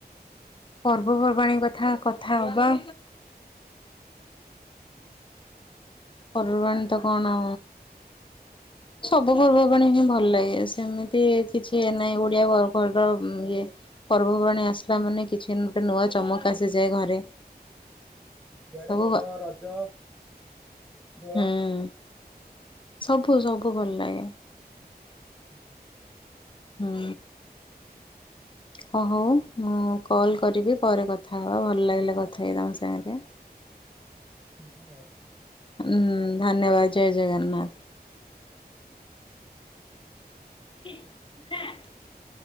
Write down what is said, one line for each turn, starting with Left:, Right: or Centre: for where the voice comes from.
Left: ପର୍ବପର୍ବାଣି କଥା କଥା ହବା। ପର୍ବ ପର୍ବାଣୀ ତ କଣ
Centre: <inaudible>
Left: ସବୁ ପର୍ବବାଣି ହିଁ ଭଲ ଲାଗେ। ସେମିତି କିଛି ନାହିଁ ଓଡିଆ ପର୍ବ ଇଏ ପର୍ବପର୍ବାଣି ଆସିଲା ମାନେ କିଛି ଗୋଟେ ନୂଆ ଚମକ ଆସିଯାଏ ଘରେ।
Centre: ଇଆଡ଼େ
Left: ସବୁ
Centre: ଭଲ
Left: ହୁଁ
Centre: ରଜ। ଦୋଳ
Left: ହୁଁ ସବୁ ସବୁ ଭଲ ଲାଗେ।
Centre: ଆଜ୍ଞା।
Left: ହୁଁ। ହ ହଉ ମୁଁ କଲ୍ କରିବି ପରେ କଥା ହେବା। ଭଲ ଲାଗିଲା କଥା ହେଇ ତମ ସାଙ୍ଗରେ।
Centre: ଧନ୍ୟବାଦ।
Left: ହୁଁ ଧନ୍ୟବାଦ ଜୟ ଜଗନ୍ନାଥ।
Centre: <inaudible>
Left: <unintelligible>